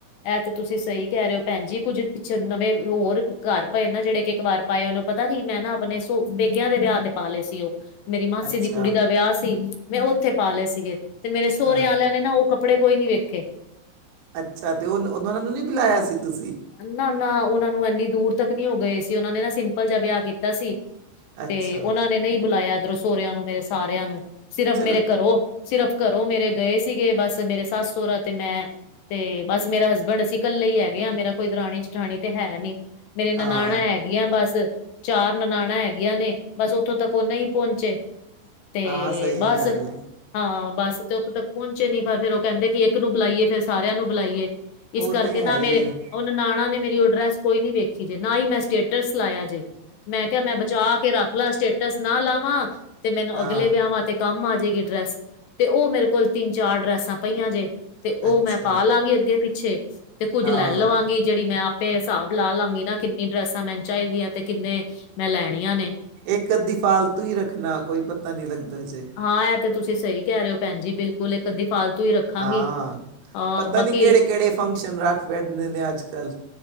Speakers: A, on the left (about 70°); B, on the right (about 80°).
A: ਇਹ ਤੇ ਤੁਸੀ ਸਹੀ ਕਹਿ ਰਹੇ ਹੋ ਭੈਣ ਜੀ ਕੁਝ ਪਿਛ ਨਵੇ ਹੋਰ ਘਰ ਪਏ ਨਾ ਜਿਹੜੇ ਕਿ ਇਕ ਵਾਰ ਪਾਏ ਉਹਨੂੰ ਪਤਾ ਕੀ ਮੈਂ ਨਾ ਆਪਣੇ ਸੂਟ ਪੇਕੇਆ ਦੇ ਵਿਆਹ ਤੇ ਪਾ ਲਏ ਸੀ ਉਹ ਮੇਰੀ ਮਾਸੀ
B: ਅੱਛਾ
A: ਦੀ ਕੁੜੀ ਦਾ ਵਿਆਹ ਸੀ ਮੈਂ ਉਥੇ ਪਾ ਲਏ ਸੀਗੇ ਤੇ ਮੇਰੇ ਸਹੁਰੇ
B: ਹਾਂ
A: ਵਾਲਿਆਂ ਨੇ ਨਾ ਉਹ ਕੱੜ ਕੱਪੜੇ ਕੋਈ ਵੇਖੇ-
B: ਅਛਾ ਅਤੇ ਉਹਨੂੰ ਉਦੋਂ ਉਹਨਾਂ ਨੂੰ ਨਹੀ ਬੁਲਾਇਆ ਸੀ ਤੁਸੀ
A: ਨਾ ਨਾ ਉਹਨਾਂ ਨੂੰ ਇਨੀ ਦੂਰ ਤਕ ਨਹੀ ਹੋ ਗਏ ਸੀ। ਉਹਨਾਂ ਨੇ ਨਾ ਸਿੰਪਲ ਜਿਹਾ ਵਿਆਹ ਕੀਤਾ ਸੀ।
B: ਅੱਛਾ
A: ਤੇ ਉਹਨਾ ਨੇ ਨਹੀ ਬੁਲਾਇਆ ਇਧਰੋ ਸੁਹਰਿਆਂ ਨੂੰ ਮੇਰੇ ਸਾਰਿਆਂ ਨੂੰ ਸਿਰਫ਼
B: ਚਲੋ
A: ਮੇਰੇ ਘਰੋ ਸਿਰਫ਼ ਘਰੋ ਮੇਰੇ ਗਏ ਸੀਗੇ ਬਸ ਮੇਰੇ ਸੱਸ ਸੁਹਰਾ ਤੇ ਮੈ ਤੇ ਬਸ ਮੇਰਾ ਹਸਬੈਂਡ ਅਸੀ ਕਲੇ ਹੀ ਹੈਗੇ ਹ ਮੇਰਾ ਕੋਈ ਦਰਾਣੀ- ਜਠਾਣੀ ਤੇ ਹੈ ਨੀ ਮੇਰੇ ਨਨਾਣਾ
B: ਹਾਂ
A: ਹੈ ਹੈਗੀਆਂ ਬਸ ਚਾਰ ਨਨਾਣਾਾ ਹੈਗੀਆਂ ਨੇ ਬਸ ਉਥੋਂ ਤਕ ਉਹ ਨਹੀ ਪਹੁੰਚੇ ਤੇ
B: ਹਾਂ ਸਹੀ
A: ਬਸ-
B: ਗੱਲ ਹੈ
A: ਹਾਂ ਬਸ ਤੇ ਉਥੋਂ ਤਕ ਪਹੁੰਚੇ ਨੀ ਪਰ ਫਿਰ ਉਹ ਕਹਿਦੇ ਕਿ ਇਕ ਨੂੰ ਬੁਲਾਈਏ ਫਿਰ ਸਾਰਿਆਂ ਨੂੰ ਬੁਲਾਈਏ।
B: ਉਹ
A: ਇਸ ਕਰਕੇ
B: ਤੇ ਹੈ
A: ਨਾ
B: ਹੀ
A: ਮੇਰੇ-
B: ਹੈ
A: ਉਹ ਨਨਾਣਾ ਨੇ ਮੇਰੀ ਡਰੈਸ ਕੋਈ ਨੀ ਵੇਖੀ ਜੇ ਨਾ ਹੀ ਮੈਂ ਸਟੇਟਸ ਲਾਇਆ ਜੇ- ਮੈ ਕਿਹਾ ਮੈ ਬਚਾ ਕੇ ਰੱਖ ਲਾ ਸਟੇਟਸ ਨਾ ਲਾਵਾਂ ਤੇ ਮੈਨੂੰ
B: ਹਾਂ
A: ਅਗਲੇ ਵਿਆਵਾਂ ਤੇ ਕੰਮ ਆ ਜੇਗੀ ਡਰੈਸ ਤੇ ਉਹ ਮੇਰੇ ਕੋਲ ਤਿਨ ਚਾਰ ਡਰੈਸਾਂ ਪਈਆਂ ਜੇ ਤੇ ਉਹ
B: ਅੱਛਾ
A: ਮੈ ਪਾ ਲਾਂਗੀ ਅਗੇ ਪਿਛੇ ਤੇ ਕੁਝ
B: ਹਾਂ
A: ਲੈ ਲਵਾਂਗੀ ਜਿਹੜੀ ਮੈਂ ਆਪੇ ਹਿਸਾਬ ਲਾ ਲਾਂਗੀ ਨਾ। ਕਿਨੀ ਡਰੈਸਾਂ ਮੈਨੂੰ ਚਾਹੀਦੀਆਂ ਤੇ ਕਿਨੇ ਮੈ ਲੈਣੀਆਂ ਨੇ।
B: ਇਕ ਅਧੀ ਫਾਲਤੂ ਹੀ ਰੱਖਣਾ ਕੋਈ ਪਤਾ ਨਹੀ ਲੱਗਦਾ ਜੇ
A: ਹਾਂ ਇਹ ਤੇ ਤੁਸੀ ਸਹੀ ਕਹਿ ਰਹੇ ਹੋ ਭੈਣ ਜੀ ਬਿਲਕੁਲ ਇਕ ਅਧੀ ਫਾਲਤੂ ਹੀ ਰੱਖਾਂਗੀ।
B: ਹਾਂ
A: ਅਹ
B: ਪਤਾ
A: ਬਾਕੀ
B: ਨਹੀਂ ਕਿਹੜੇ ਕਿਹੜੇ ਫੰਕਸ਼ਨ ਰਖ ਬੈਠਦੇ ਨੇ ਅਜ ਕਲ